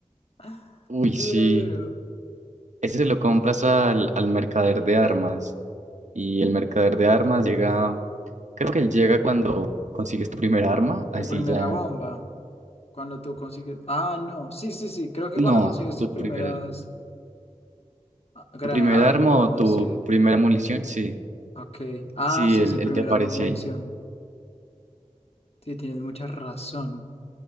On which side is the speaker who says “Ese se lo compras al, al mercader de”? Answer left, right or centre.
Right